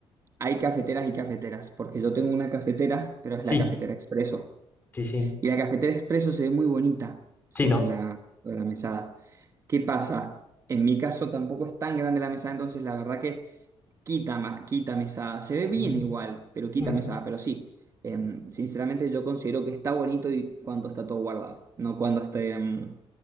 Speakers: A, on the right (about 30°); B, on the left (about 20°).
A: hay cafeteras y cafeteras, porque yo tengo una cafetera, pero es
B: Sí,
A: la cafetera expreso.
B: sí, sí.
A: Y la cafetera expreso se ve muy bonita sobre
B: Sí, no.
A: la, sobre la mesada. ¿Qué pasa? En mi caso tampoco es tan grande la mesada, entonces la verdad que... Quita, ma- quita mesada. Se ve
B: Ujú,
A: bien igual, pero quita
B: ujú.
A: mesada. Pero sí, em, sinceramente yo considero que está bonito y cuando está todo guardado, no cuando esté, em,